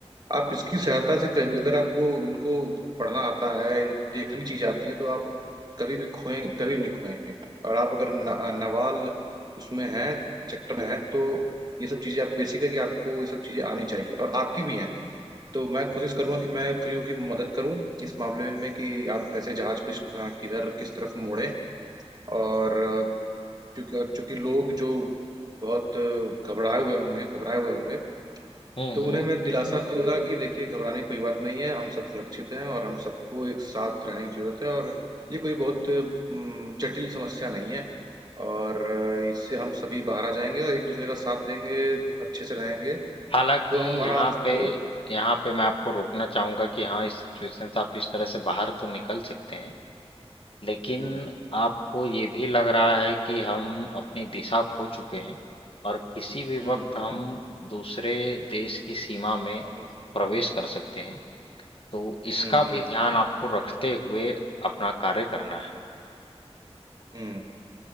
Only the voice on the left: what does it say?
हम्म
हम्म
हालाँकि
यहाँ
पे यहाँ पे मैं आपको रोकना चाहूँगा कि हाँ, इस सिचुएशन से आप इस तरह से बाहर तो निकल सकते हैं। लेकिन
आपको ये भी लग रहा है कि हम अपनी दिशा खो चुके हैं और किसी भी
वक़्त हम दूसरे देश की सीमा में
प्रवेश कर सकते हैं। तो इसका
भी
ध्यान आपको रखते हुए अपना कार्य करना है।